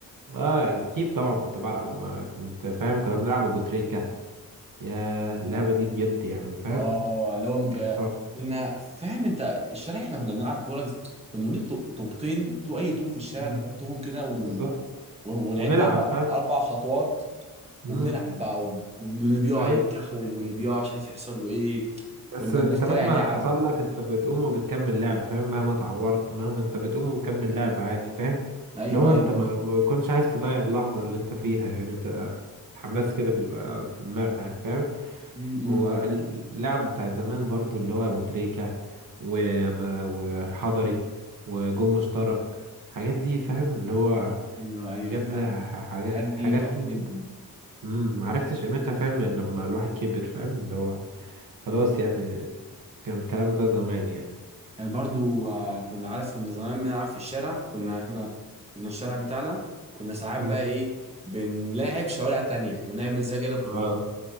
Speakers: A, on the right; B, on the right.
A: اه اكيد طبعا كنت بلعب ما كنت فاهم كنا بنلعب ابو تريكة يا اللعبة دي بجد يعني فاهم
B: اه اللي هو مج...
A: طب.
B: كنا فاهم انت الشارع احنا كنا بنلعب كوره كنا بنجيب طو- طوبتين تو اي طوب في الشارع
A: مم.
B: نحطهم كده ون...
A: بالظبط
B: ون- ونعد
A: ونلعب
B: اربع
A: فاهم
B: اربع خطوات
A: امم
B: وبنلعب بقى و- واللي بيقع
A: اي
B: يتكحول واللي بيقع مش عارف يحصل له ايه
A: بس
B: كنا
A: انت
B: بنخترع
A: مهما
B: لعب
A: حصل لك انت بتقوم وبتكمل لعب فاهم مهما اتعورت مهما انت بتقوم وبتكمل لعب عادي فاهم
B: ايوه
A: لو
B: ايوه
A: انت ما ما بتكونش عايز تضيع اللحظة اللي انت فيها يعني بتبقى الحماس كده بيبقى في دماغك فاهم
B: امم
A: واللعب بتاعت زمان برضو اللي هو ابو تريكة وما- والحضري وجون مشترك الحاجات دي فاهم اللي هو
B: ايوه ايوه
A: بجد
B: فعلا
A: ح- حاجات
B: الحاجات
A: حاجات
B: دي تحفه
A: دي
B: جدا
A: امم معرفتش قيمتها فاهم غير لما الواحد كبر فاهم اللي هو خلاص يعني كان الكلام ده زمان يعني
B: يعني برضو آه، كنا عارف كنا زمان بنلعب في الشارع كنا احنا كنا الشارع بتاعنا كنا ساعات
A: امم
B: بقى ايه بنلاعب شوارع تانية ونعمل زي كده بطولات
A: اه